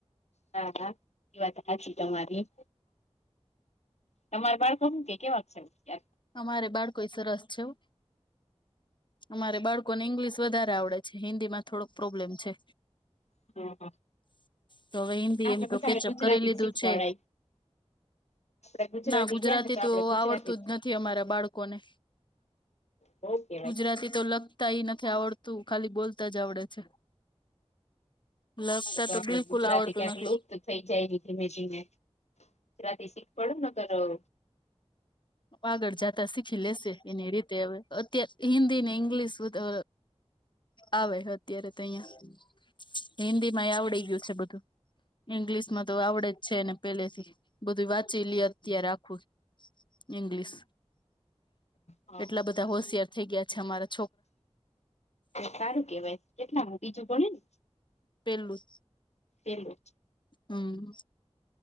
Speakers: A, on the left (about 85°); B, on the left (about 45°).
A: હા હા એ વાત સાચી તમારી. તમારા બાળકો શું કેય કેવાક છે અત્યારે?
B: અમારે બાળકો સરસ છે હો, અમારે બાળકોને ઇંગ્લિશ વધારે આવડે છે હિન્દીમાં થોડોક પ્રોબ્લેમ છે.
A: કેવાય
B: તો હવે હિન્દી
A: આપડે
B: એમતો
A: વધારે
B: કેચઅપ
A: ગુજરાતી
B: કરી લીધું
A: જ શીખવાડાય
B: છે.
A: આપડે
B: ના
A: ગુજરાતી
B: ગુજરાતીતો
A: ગયા ને તો આપડે ગુજરાતી
B: આવડતું જ નથી. મારા બાળકોને,
A: બઉ કેવાય
B: ગુજરાતી તો લગ નથી આવડતું ખાલી બોલતા જ આવડે છે. લખતા
A: તો આપડે
B: બિલકુલ
A: ગુજરાતી
B: આવડતું
A: ક્યાંક
B: નથી.
A: લુપ્ત થઈ જાય નય ધીમે ધીમે. પ્રાદેશિક <unintelligible> પડ ન કરો.
B: પાર્લર જાતા શીખી લેશે એની રીતે હવે. અત્યારે હિન્દી ને ઇંગ્લિશ બધે આવે હે અત્યારે તો અહિયાં. હિન્દીમાય આવડી ગયું છે બધું. ઈંગ્લિશમાં તો આવડે જ છે એને પેલેથી, બધું વાંચી લ્યે અત્યારે આખું. ઇંગ્લિશ,
A: હા
B: એટલા બધા હોશિયાર થઇ ગયા છે અમારે
A: સારું કેવાય કેટલામુ બીજું ભણેને?
B: પેલું.
A: પેલું જ.
B: હમ.